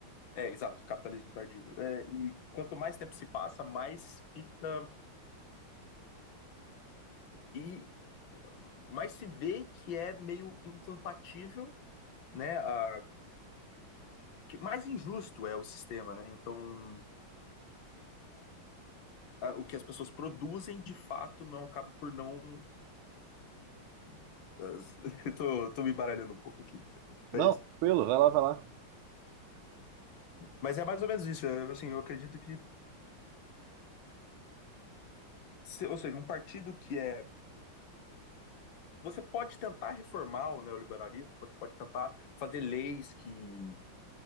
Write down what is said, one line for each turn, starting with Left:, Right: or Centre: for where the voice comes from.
Left: é, exato, capitalismo tardio. É, e quanto mais tempo se passa, mais fica, e mais se vê que é meio incompatível, né? A, que mais injusto é o sistema, né? Então, a- o que as pessoas produzem de fato não acaba por não. <laughs> as- Eu tô, tô me baralhando um pouco aqui.
Right: Não,
Left: Mas,
Right: tranquilo, vai lá, vai lá.
Left: mas é mais ou menos isso. é, Assim, eu acredito que, se- ou seja, um partido que é. Você pode tentar reformar o neoliberalismo, você pode tentar fazer leis que